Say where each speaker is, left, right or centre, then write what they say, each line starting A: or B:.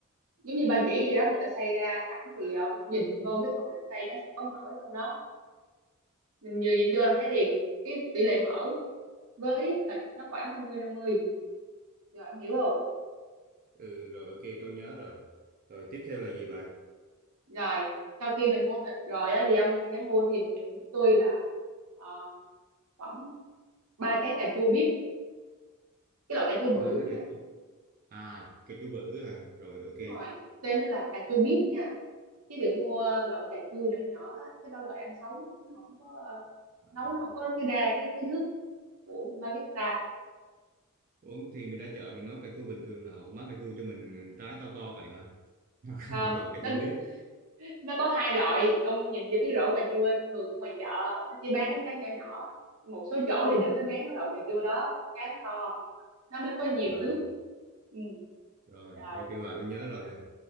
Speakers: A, on the right; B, on the right.
A: giống như ba chỉ gì đó người ta xay ra sẵn thì ông nhìn vô cái phần thịt xay nó sẽ có mỡ ở trong đó mình vừa nhìn vô là thấy liền cái tỷ lệ mỡ với thịt nó khoảng năm mươi năm mươi rồi ông hiểu không
B: Ừ, rồi ok tôi nhớ rồi rồi tiếp theo là gì bà
A: rồi sau khi mình mua thịt rồi á thì ông sẽ mua thì tôi là ờ, khoảng ba trái cà chua bíp cái loại cà chua bự
B: ba trái
A: nha
B: cà chua à cà chua bự à rồi ok
A: đúng rồi tên nó là cà chua bíp nha chứ đừng mua loại cà chua nhỏ nhỏ á, cái đó loại ăn sống nó không có ờ,
B: à.
A: nấu nó không có cái ra cái cái nước của baguette
B: Ủa thì mình ra chợ mình nói cà chua bình thường là họ cũng bán cà chua cho mình trái to to vậy mà Nó không
A: không
B: phải gọi cà
A: nó
B: chua biết
A: nó có hai loại ông nhìn vô cái rổ cà chua thường ở ngoài chợ nó chỉ bán cái trái nhỏ nhỏ một số chỗ thì nó mới bán cái loại cà chua đó trái nó to nó mới có nhiều
B: à
A: nước ừ.
B: rồi
A: rồi
B: ok bà tôi nhớ rồi